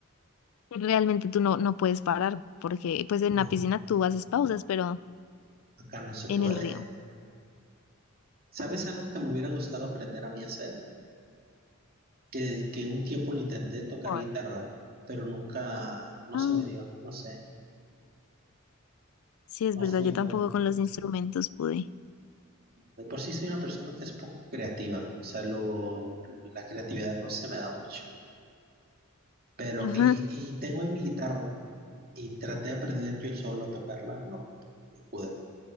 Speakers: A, on the left; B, on the right.
A: Y Realmente tú no, no puedes parar, porque pues en
B: No,
A: la piscina tú haces pausas, pero
B: acá no se puede.
A: en el río.
B: ¿Sabes algo que me hubiera gustado aprender a mí a hacer? Que, que un tiempo lo intenté tocar
A: Por-
B: guitarra, pero nunca, no
A: Ah,
B: se me dio, no sé,
A: sí, es
B: no
A: verdad,
B: fui
A: yo
B: bueno.
A: tampoco con los instrumentos pude.
B: De por sí soy una persona que es poco creativa, o sea, lo, la creatividad no se me da mucho. Pero,
A: Ajá.
B: y, y tengo ahí mi guitarra, Y traté de aprender yo solo a tocarla, no pude,